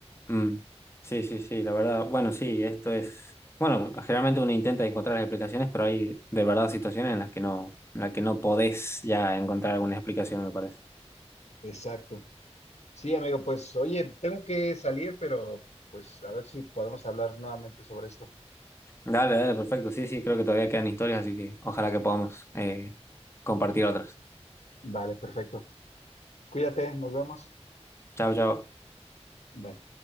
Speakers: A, on the left; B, on the left.
A: Mm, Sí, sí, sí, la verdad. Bueno, sí, esto es... Bueno, generalmente uno intenta encontrar las explicaciones, pero hay de verdad situaciones en las que no, en las que no podés ya encontrar alguna explicación, me parece.
B: exacto. Sí, amigo, pues oye, tengo que salir, pero pues a ver si podemos hablar nuevamente sobre esto.
A: Dale, dale, perfecto. Sí, sí, creo que todavía quedan historias, así que ojalá que podamos eh, compartir otras.
B: Vale, perfecto. Cuídate, nos vemos.
A: Chao, chao.
B: Bye.